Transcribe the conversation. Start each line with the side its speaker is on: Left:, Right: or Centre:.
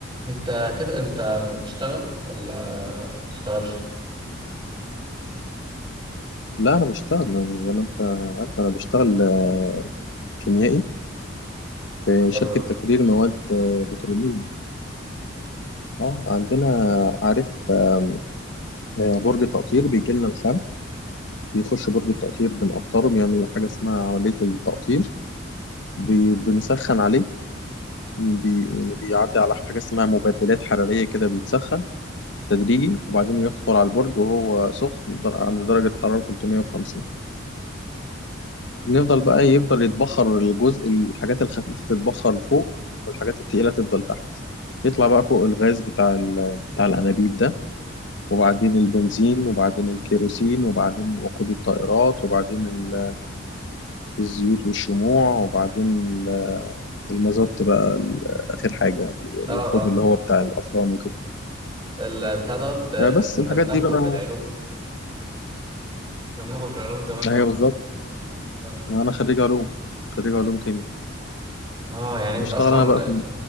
Right: انت كده انت تشتغل ولا ما تشتغلش
Left: لا انا بشتغل زي ما انت عارف انا بشتغل آه، كيميائي في
Right: حلو
Left: شركه
Right: ده
Left: تكرير مواد آه، بتروليه اه عندنا عارف آه، آه، برج تقطير بيجي لنا الخام بيخش برج التقطير بنقطره بيعمل حاجه اسمها عمليه التقطير بي- بنسخن عليه بي يعني بيعدي على حاجه اسمها مبادلات حراريه كده بيتسخن تدريجي وبعدين يدخل على البرج وهو سخن در- عند درجه حراره 350 نفضل بقى إيه، يفضل يتبخر الجزء الحاجات الخفيفة تتبخر فوق والحاجات التقيلة تفضل تحت يطلع بقى فوق الغاز بتاع ال- بتاع الأنابيب ده وبعدين البنزين وبعدين الكيروسين وبعدين وقود الطائرات وبعدين ال- الزيوت والشموع وبعدين ال- المازوت بقى ال- آخر حاجة والوقود
Right: اه اه
Left: اللي هو بتاع الأفران وكده
Right: البتاع دوت آه،
Left: آه، بس
Right: كنا
Left: الحاجات
Right: بناخده
Left: دي بقى
Right: في العلوم <laughs> كنا بناخده في العلوم زمان
Left: هي
Right: قوي
Left: بالظبط
Right: اه
Left: ما أنا خريج علوم خريج علوم كيمياء
Right: آه، يعني
Left: بشتغل
Right: انت اصلا
Left: أنا بقى في